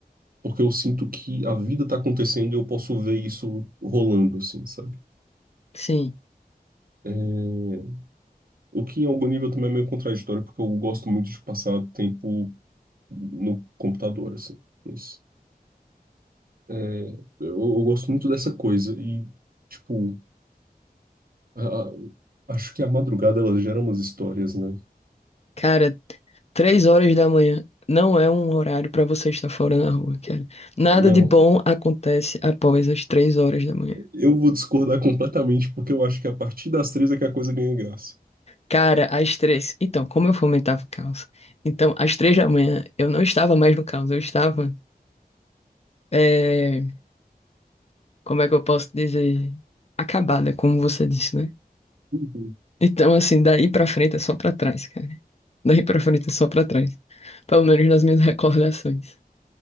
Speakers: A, on the right; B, on the left.
A: porque eu sinto que a vida tá acontecendo e eu posso ver isso rolando, assim, sabe?
B: sim.
A: É, O que em algum nível também é meio contraditório, porque eu gosto muito de passar tempo no computador, assim. Mas, é, eu, eu gosto muito dessa coisa e, tipo, a- a- acho que a madrugada ela gera umas histórias, né?
B: Cara, três horas da manhã não é um horário pra você estar fora na rua, cara. Nada
A: Não,
B: de bom acontece após as três horas da manhã.
A: eu vou discordar completamente, porque eu acho que a partir das três é que a coisa ganha graça.
B: Cara, às três. Então, como eu fomentava o caos? Então, às três da manhã eu não estava mais no caos, eu estava. eh, Como é que eu posso dizer? Acabada, como você disse, né?
A: Uhum.
B: Então, assim, daí pra frente é só pra trás, cara. Daí pra frente é só pra trás. Pelo menos nas minhas <laughs> recordações.